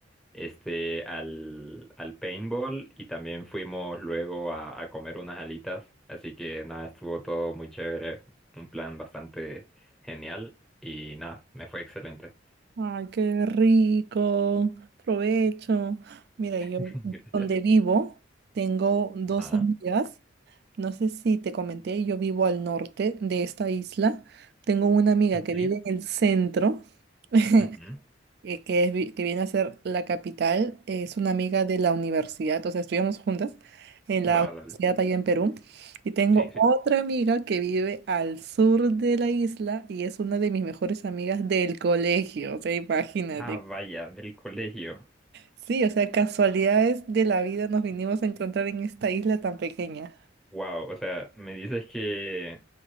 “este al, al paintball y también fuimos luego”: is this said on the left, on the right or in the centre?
Centre